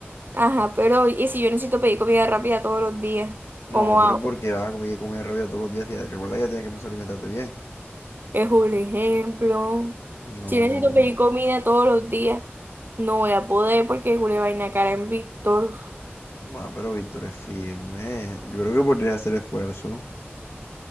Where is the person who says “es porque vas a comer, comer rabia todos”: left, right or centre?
Left